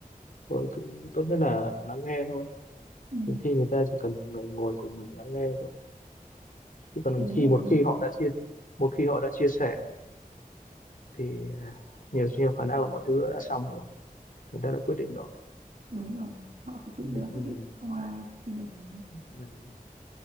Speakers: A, on the left; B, on the right.
A: thôi cứ tốt nhất là lắng nghe thôi
B: Ừ.
A: nhiều khi người ta chỉ cần một người ngồi cùng mình lắng nghe thôi chứ còn
B: đúng
A: khi
B: rồi
A: một khi họ đã chia một khi họ đã chia sẻ thì à, nhiều nhiều khả năng là mọi thứ đã xong rồi người ta đã quyết định rồi
B: đúng rồi họ phải tự
A: ừ.
B: ra
A: ừ,
B: quyết định không ai khuyên được đâu
A: ừ.